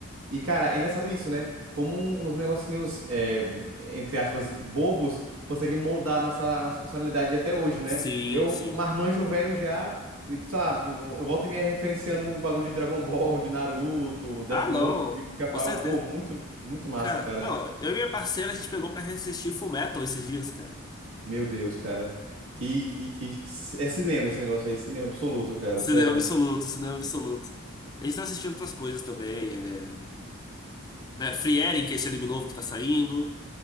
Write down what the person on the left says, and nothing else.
Sim,
sim.
Ah, não.
Com certeza.
Cara,
não, eu e minha parceira a gente pegou pra assistir Fullmetal esses dias, cara.
Cinema
absoluto, cinema absoluto. A gente tá assistindo outras coisas também. É... é, Free Eren, que é esse anime novo que tá saindo.